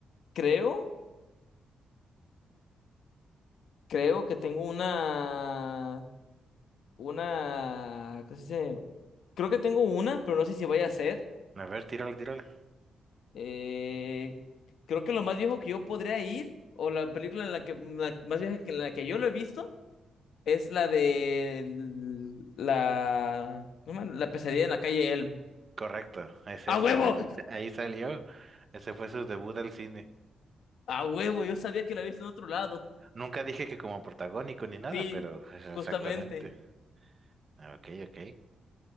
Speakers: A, on the left; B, on the right.
A: creo, creo que tengo una. Una. ¿Cómo se dice? Creo que tengo una, pero no sé si vaya a ser.
B: A ver, tírale, tírale.
A: Eh, creo que lo más viejo que yo podría ir, o la película en la que la más vieja que en la que yo lo he visto. Es la de la, ¿cómo? la pesadilla en la calle Elm.
B: Correcto, es
A: ¡A
B: esa.
A: huevo!
B: Ahí, ahí salió. Ese fue su debut al cine.
A: ¡A huevo! Yo sabía que la había visto en otro lado.
B: Nunca dije que como protagónico ni nada,
A: Sí,
B: pero es exactamente.
A: justamente.
B: Ah, Ok, ok.